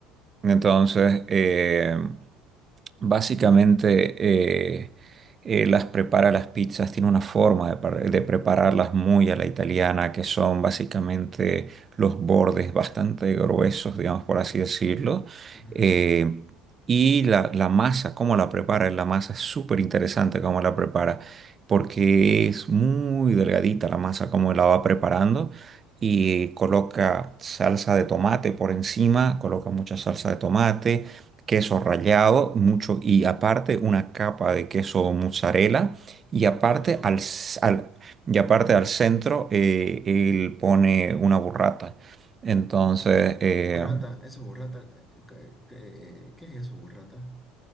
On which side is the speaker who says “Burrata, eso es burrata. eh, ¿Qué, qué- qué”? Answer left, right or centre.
Centre